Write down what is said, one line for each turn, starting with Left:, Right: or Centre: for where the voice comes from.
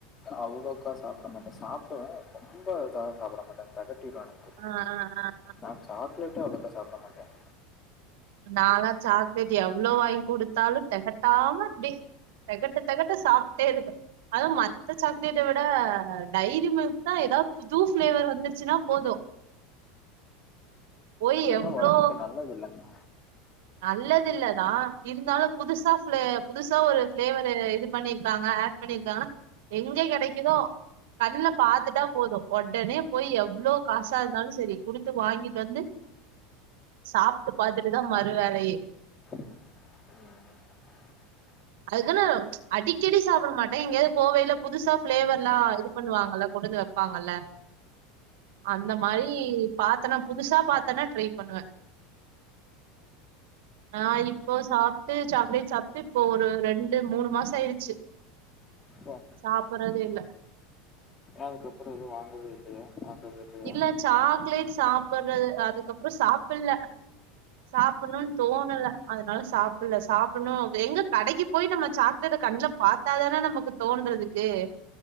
Left: அவ்ளோக்கா சாப்பிட மாட்டேன் சாப்பிடுவேன் ரொம்ப இதா சாப்பிட மாட்டேன் தெகட்டிடு எனக்கு
Right: ஆ ஆ ஆ
Left: நான் சாக்லேட்டே அவ்ளோக்கா சாப்ட மாட்டேன்
Right: நாளா சாக்லேட் எவ்ளோ வாங்கி குடுத்தாலும் திகட்டாம அப்டே தெகட்ட தெகட்ட சாப்ட்டே இருப்ப அதும் மத்த சாக்லேட்ட விட டைரி மில்க் தான் ஏதா புது ஃபிளேவர் வந்துச்சுன்னா போதும் போய்
Left: அதெல்லா
Right: எவ்ளோ
Left: ஒடம்புக்கு நல்லது இல்லங்க
Right: நல்லதில்லதான் இருந்தாலும் புதுசா ஃபிளே புதுசா ஒரு ஃபிளேவரு இது பண்ணிருக்காங்க ஆட் வந்திருகாங்கனா எங்க கெடைக்குதோ கண்ல பாத்துட்டா போதும் உடனே போய் எவ்வளோ காசா இருந்தாலும் சரி குடுத்து வாங்கிட்டு வந்து சாப்ட்டு பார்த்துட்டுதான் மறு வேலையே
Left: ம்
Right: அதுக்கன்னா அடிக்கடி சாப்பிட மாட்டேன் எங்கேயாது போவேல புதுசா பிளேவர்ல்லாம் இரு பண்ணுவாங்கல்ல கொண்டு வந்து வைப்பாங்கல்ல அந்த மாரி பாத்தனா புதுசா பா்த்தனா ட்ரை பண்ணுவேன் நா இப்போ சாப்ட்டு சாக்லேட் சாப்ட்டு இப்ப ஒரு ரெண்டு மூணு மாசம் ஆயிடுச்சு
Left: ஓ
Right: சாப்புடுறதே இல்ல
Left: ஏ அதுக்கப்புறம் எதும் வாங்குறதே இல்லையா ஆச எதும் இல்லையா
Right: இல்ல சாக்லேட் சாப்டுறது அதுக்கப்புறம் சாப்பில்ல சாப்பணும்ன்னு தோணல அதனால சாப்பில்ல சாப்பணும் எங்க கடைக்கு போய் நம்ம சா க்குது கண்ணு பார்த்தாதானே நமக்கு தோன்றதுக்கு